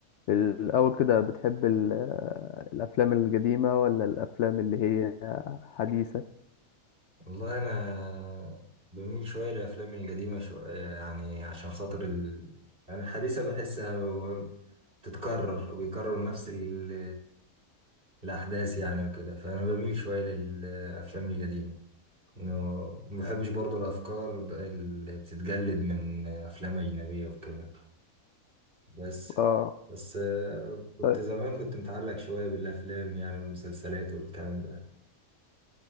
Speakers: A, on the left (about 65°); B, on the right (about 40°).
A: في الأول كده بتحب ال- الأفلام القديمة ولا الأفلام اللي هي حديثة؟
B: والله انا بميل شويه للافلام القديمه شويه يعني عشان خاطر ال... يعني الحديثه بحسها و- بتتكرر وبيكرروا نفس ال... الاحداث يعني وكده فانا بميل شويه للافلام القديمه إنه- وما بحبش برضو الافكار ب- اللي بتتجلد من افلام اجنبيه وكده بس
A: اه
B: بس آه، كنت
A: طيب
B: زمان كنت متعلق شويه بالافلام يعني والمسلسلات والكلام ده